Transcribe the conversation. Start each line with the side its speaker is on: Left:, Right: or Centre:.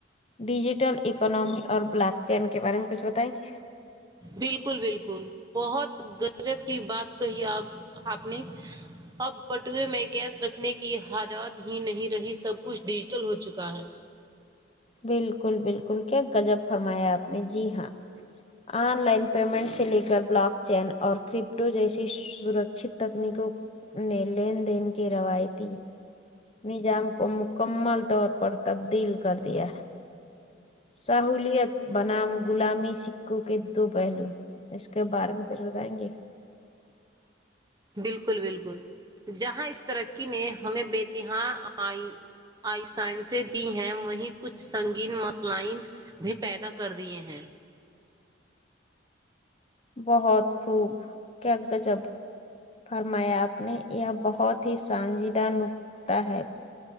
Left: ڈیجیٹل اکنمی اور بلیک چین کے بارے میں کچھ بتائیں گے
Right: بالکل بالکل بہت گجب کی بات کہی آپ آپ نے اب بٹوے میں کیش رکھنے کی حجات ہی نہیں رہی سب کچھ ڈیجیٹل ہو چکا ہے
Left: بالکل بالکل کیا گجب فرمایا آپ نے جی ہاں آن لائن پیمنٹ سے لے کر بلاک چین اور کرپٹو جیسی سرکچت تکنیکوں نہیں لین دین کے رویتی نظام کو مکمل طور پر تبدیل کر دیا ہے سہولیت بنام غلامی سکوں کے دو پہلو اس کے بارے میں کچھ بتائیں گے
Right: بالکل بالکل جہاں اس ترقی نے ہمیں بےتاں آئی آئیسائنسیں دی ہیں وہیں کچھ سنگین مسلائین بھی پیدا کر دیے ہیں
Left: بہت خوب کیا غزب فرمایا آپ نے یہ بہت ہی سانجیدہ نکتا ہے